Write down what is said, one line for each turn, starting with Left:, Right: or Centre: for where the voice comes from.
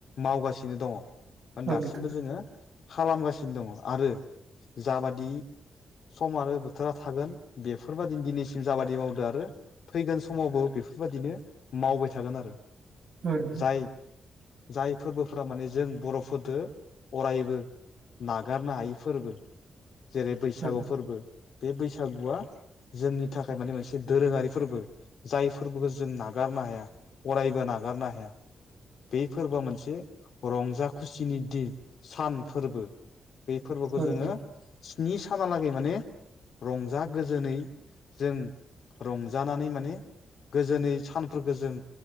Left: मावगासिनो दङ।
Right: औ
Left: दासिमबो
Right: नोंथां
Left: जोङो खालामगासिनो दङ आरो जाबादि सम आरो बोथोरा थागोन बेफोरबायदिनो दिनैसिम जाबादि मावदो आरो फैगोन समावबो बेफोरबादिनो मावबाय थागोन आरो
Right: औ नोंथां
Left: जाय जाय फोरबोफोरा माने जों बर'फोरदो अरायबो नागारनो हायि फोरबो जेरै बैसागु
Right: औ
Left: फोरबो बे बैसागुआ जोंनि थाखाय माने मोनसे दोरोङारि फोरबो जायफोरबोखौ जों नागारनो हाया अरायबो नागारनो हाया। बे फोरबोआ मोनसे रंजा खुसिनि दिन सान फोरबो बे फोरबोखौ जोङो
Right: नोंथां
Left: स्नि सानालागै माने रंजा गोजोनै जों रंजानानै माने गोजोनै सानफोरखौ जों